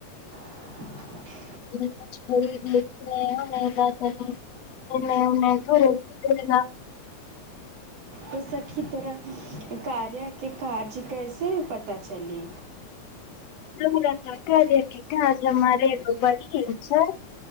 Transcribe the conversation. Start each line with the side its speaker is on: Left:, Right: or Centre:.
Right: <inaudible>
Left: ब <inaudible> एने ओने करे से बढ़ियां
Right: बस सखी तोरा कार्या के कारज कैसे पता चली
Left: हमरा तऽ कार्या के काज मारे बढ़ि गेल छै